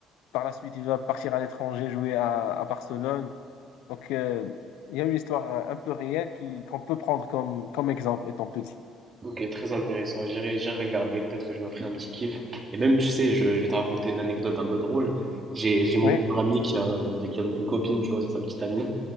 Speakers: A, on the left (about 85°); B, on the right (about 35°).
A: Par la suite, il va partir à l'étranger, jouer à, à Barcelone. Donc, euh, il y a une histoire euh, un peu réelle qui, qu'on peut prendre comme, comme exemple étant petit.
B: Ok, très intéressant. J'irai, j'irai regarder. Peut-être que je me ferai un petit kiff. Et même, tu sais, je, je vais te raconter une anecdote un peu drôle. J'ai, j'ai mon
A: Oui,
B: meilleur ami qui a, bah, qui a donc une copine, tu vois, c'est sa petite amie.